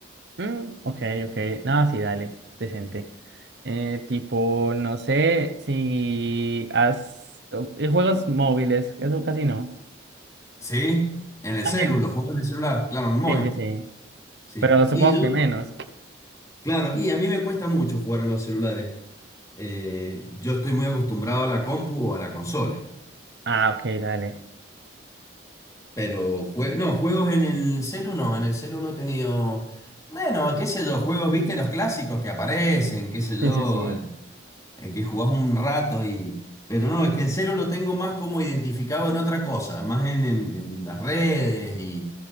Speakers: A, on the right; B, on the left.
A: Mm, ok, ok. Nada, sí, dale, decente. Eh, tipo, no sé si has... o- eh, Juegos móviles, eso casi no.
B: Sí, en el
A: También.
B: celu, los juegos en el celular, claro, en el móvil.
A: Sí, sí, sí.
B: Sí.
A: Pero supongo
B: Y yo
A: que menos.
B: Claro, y a mí me cuesta mucho jugar en los celulares. Eh, yo estoy muy acostumbrado a la compu o a la consola.
A: Ah, ok, dale.
B: Pero jue- no, juegos en el celu no, en el celu no he tenido. Bueno, qué sé yo, juegos, viste, los clásicos que aparecen, qué sé
A: Sí,
B: yo,
A: sí, sí.
B: el, el que jugás un rato y. Pero no, es que el celu lo tengo más como identificado en otra cosa, más en, en- en las redes y,